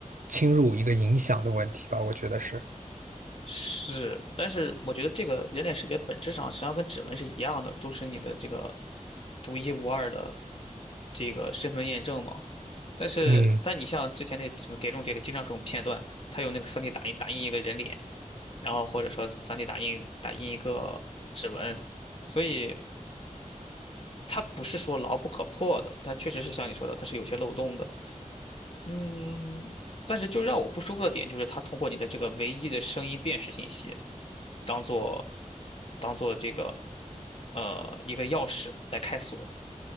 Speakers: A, on the right (about 80°); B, on the left (about 45°).
A: 侵入、一个影响的问题吧，我觉得是，
B: 是，但是我觉得这个人脸识别本质上实际上跟指纹是一样的，都是你的这个独一无二的这个身份验证嘛。但是，
A: 嗯。
B: 但你像之前那什么《碟中谍》里经常这种片段，它有那个 3D 打印打印一个人脸，然后或者说 3D 打印打印一个指纹，所以。它不是说牢不可破的，它确实是像你说的，它是有些漏洞的。嗯，但是就让我不舒服的点就是它通过你的这个唯一的声音辨识信息，当做当做这个呃一个钥匙来开锁。